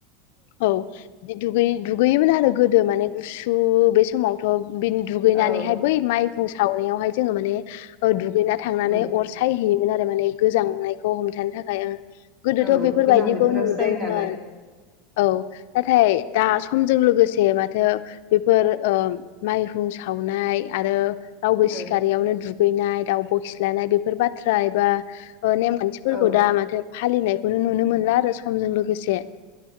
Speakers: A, on the left; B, on the right.
A: औ बिदि दुगै दुगैयोमोन आरो गोदो माने गुसु बे समावथ' बिन दुगैनानैहाय
B: औ
A: बै माइहुं सावनायावहाय जोङो माने ओ दु गैना थांनानै
B: उम
A: अर सायहैयो मोनआरो माने गोजांनायखौ हमथानो थाखाय गोदोथ'
B: औ
A: बेफोरबायदिखौ
B: गोजां बोथोरावसो
A: नुदोंमोन
B: जायो नालाय
A: औ नाथाय दा समजों लोगोसे मा दा बेफोर ओ माइहुं सावनाय आरो रावबो सिखारारियावनो
B: ओ
A: दु दुगैनाय दावब' खिलानाय बे फोर बाथ्रा एबा नेम खान्थिफोरखौ
B: औ
A: दा माथो फालिनायखौनो नुनो मोनला आरो समजों लोगोसे